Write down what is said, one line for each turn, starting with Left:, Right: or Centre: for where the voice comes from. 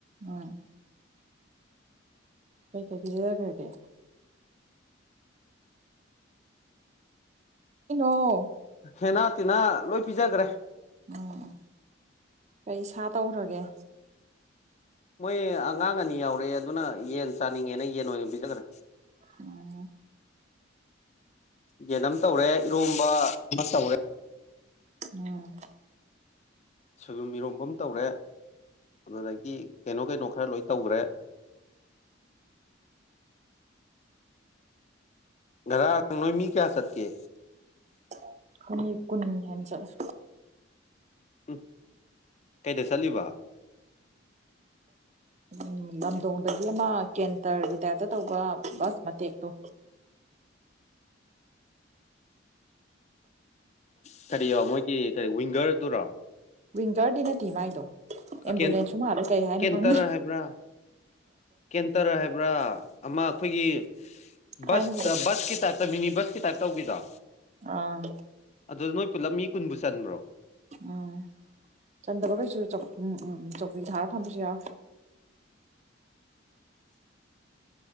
Right: ꯎꯝ ꯀꯩ ꯀꯩ ꯄꯤꯖꯈ꯭ꯔꯒꯦ ꯀꯩꯅꯣ
Left: ꯍꯦꯅꯥ ꯇꯤꯅꯥ ꯂꯣꯏ ꯄꯤꯖꯒ꯭ꯔꯦ
Right: ꯎꯝ ꯎꯝ ꯀꯩ ꯁꯥ ꯇꯧꯈ꯭ꯔꯒꯦ
Left: ꯃꯣꯏ ꯑꯉꯥꯡ ꯑꯅꯤ ꯌꯥꯎꯔꯛꯑꯦ ꯑꯗꯨꯅ ꯌꯦꯟ ꯆꯥꯅꯤꯡꯉꯦꯅ ꯌꯦꯟ ꯑꯣꯏꯅ ꯄꯤꯖꯈ꯭ꯔꯦ
Right: ꯎꯝ
Left: ꯌꯦꯟ ꯑꯃ ꯇꯧꯔꯦ ꯏꯔꯣꯝꯕ ꯑꯃ ꯇꯧꯔꯦ
Right: ꯎꯝ
Left: ꯁꯣꯏꯕꯨꯝ ꯏꯔꯣꯝꯕ ꯑꯝ ꯇꯧꯔꯦ ꯑꯗꯨꯗꯒꯤ ꯀꯩꯅꯣ ꯀꯩꯅꯣ ꯈꯔ ꯂꯣꯏ ꯇꯧꯒ꯭ꯔꯦ ꯉꯔꯥꯡ ꯅꯣꯏ ꯃꯤ ꯀꯌꯥ ꯆꯠꯀꯦ
Right: ꯑꯩꯈꯣꯏ ꯃꯤ ꯀꯨꯟ ꯍꯦꯟ ꯆꯠꯂꯦ
Left: ꯎꯝ ꯀꯩꯗ ꯆꯠꯂꯤꯕ
Right: ꯎꯝ ꯂꯝꯗꯣꯡꯗꯒꯤ ꯑꯃ ꯀꯦꯟꯇꯔꯒꯤ ꯇꯥꯏꯞꯇ ꯇꯧꯕ ꯕꯁ ꯃꯇꯦꯛꯇꯣ
Left: <unintelligible> ꯃꯣꯏꯒꯤ ꯀꯩ ꯋꯤꯡꯒꯔꯗꯨꯔꯣ
Right: ꯋꯤꯡꯒꯔꯗꯤ ꯅꯠꯇꯦ ꯃꯥꯏꯗꯣ ꯑꯦꯝꯕꯨꯂꯦꯟꯁꯁꯨ
Left: ꯀꯦꯟ
Right: ꯃꯥꯜꯂꯦ ꯀꯩ ꯍꯥꯏꯅꯣ
Left: ꯀꯦꯟꯇꯔ
Right: ꯈꯪꯗꯦ
Left: ꯍꯥꯏꯕ꯭ꯔꯥ ꯀꯦꯟꯇꯔ ꯍꯥꯏꯕ꯭ꯔꯥ ꯑꯃ ꯑꯩꯈꯣꯏꯒꯤ
Right: ꯊꯥꯏꯅꯒꯤꯗꯣ
Left: ꯕꯁꯇ ꯕꯁꯀꯤ ꯇꯥꯏꯞꯇ ꯃꯤꯅꯤ ꯕꯁꯀꯤ ꯇꯥꯏꯞꯇ ꯇꯧꯕꯤꯗꯣ
Right: ꯑꯥ
Left: ꯑꯗ ꯅꯣꯏ ꯄꯨꯂꯞ ꯃꯤ ꯀꯨꯟꯕꯨ ꯆꯟꯕ꯭ꯔꯣ
Right: ꯎꯝ ꯆꯟꯗꯕ ꯀꯩꯁꯨ ꯆꯧ ꯎꯝ ꯎꯝ ꯆꯧꯀ꯭ꯔꯤ ꯊꯥꯔꯒ ꯐꯝꯕꯁꯨ ꯌꯥꯎꯋꯦ